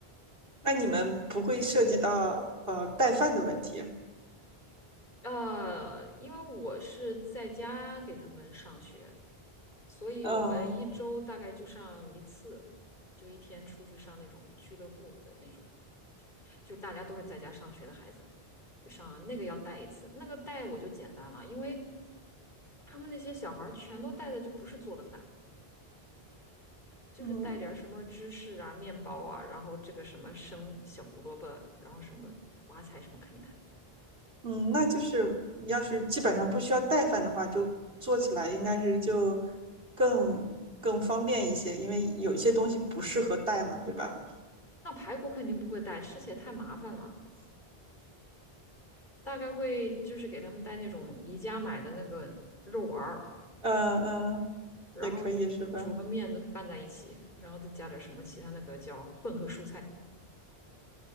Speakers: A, on the right (about 65°); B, on the left (about 50°).
A: 那你们不会涉及到呃带饭的问题？
B: 呃，因为我是在家给他们上学，所以我们一周大概就上一次，
A: 嗯
B: 就一天出去上那种俱乐部的那种，<laughs> 就大家都是在家上学的孩子，上那个要带一次，那个带我就简单了，因为他们那些小孩儿全都带的就不是做的饭，就是带点儿什么芝士啊、
A: 嗯
B: 面包啊，然后这个什么生小胡萝卜，然后什么花菜什么啃一啃。
A: 嗯，那就是要是基本上不需要带饭的话，就做起来应该是就更更方便一些，因为有些东西不适合带嘛，对吧？
B: 那排骨肯定不会带，吃起来太麻烦了，大概会就是给他们带那种宜家买的那个肉丸儿。
A: 嗯嗯，
B: 然后煮个面都拌在一起，
A: 也可以是吧？
B: 然后再加点什么其他那个叫混合蔬菜